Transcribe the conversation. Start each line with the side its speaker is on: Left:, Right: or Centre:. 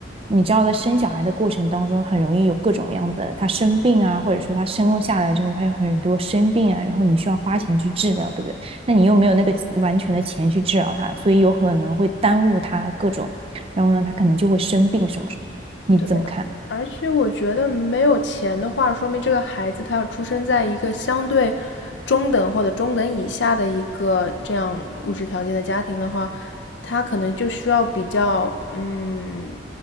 Right: 你知道在生小孩的过程当中，很容易有各种样的，他生病啊，或者说他生下来之后，他有很多生病啊，然后你需要花钱去治疗，对不对？那你又没有那个完全的钱去治疗他，所以有可能会耽误他各种，然后呢，他可能就会生病什么什么。你怎么看？
Left: 对。而且我觉得没有钱的话，说明这个孩子他要出生在一个相对中等或者中等以下的一个这样物质条件的家庭的话，他可能就需要比较嗯